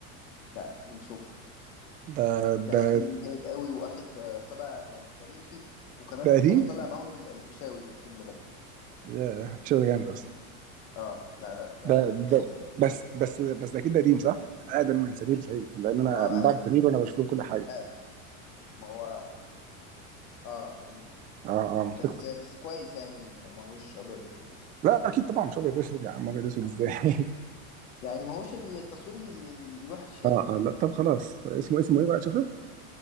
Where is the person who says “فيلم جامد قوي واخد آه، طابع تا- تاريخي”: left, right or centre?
Left